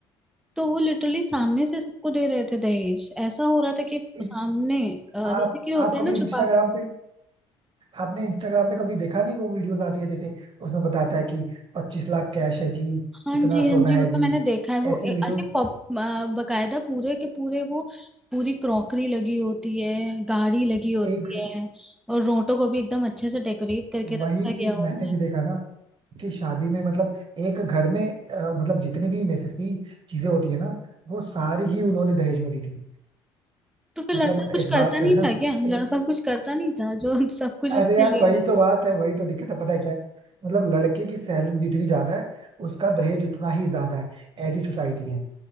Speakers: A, in the centre; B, on the right (about 45°).
A: तो वो लिटरली सामने से सबको दे रहे थे दहेज ऐसा हो रहा था कि
B: इन,
A: सामने अ, जैसे
B: आप
A: कि होते
B: आप
A: हैं
B: कभी
A: ना
B: इंस्टाग्राम
A: छुपा के
B: पे आपने इंस्टाग्राम पे कभी देखा नहीं वो वीडियोस आती है जैसे उसमें बताता है कि पच्चीस लाख कैश है जी
A: हाँ
B: इतना
A: जी हाँ
B: सोना
A: जी
B: है
A: वो तो
B: जी
A: मैंने देखा है वो
B: ऐसी
A: ए,
B: वीडियोस
A: अरे पॉप अ, बकायदा पूरे के पूरे वो पूरी क्रॉकरी लगी होती है गाड़ी लगी होती
B: एक से-
A: है और रोटो को भी एकदम अच्छे से डेकोरेट करके
B: वही
A: रखा गया
B: चीज
A: होता
B: मैंने भी
A: है
B: देखा ना कि शादी में मतलब एक घर में अ, मतलब जितनी भी नेसेसरी चीजें होती है ना वो सारी ही उन्होंने दहेज में दी थी
A: तो फिर
B: मतलब
A: लड़का कुछ
B: एक
A: करता
B: बात
A: नहीं
B: करना
A: था क्या
B: एक
A: लड़का कुछ करता नहीं था जो <laughs> सब कुछ उसने
B: अरे यार
A: लेना
B: वही तो बात है वही तो दिक्कत है पता है क्या है मतलब लड़के की सैलरी जितनी ज्यादा है उसका दहेज उतना ही ज्यादा है ऐसी सोसाइटी है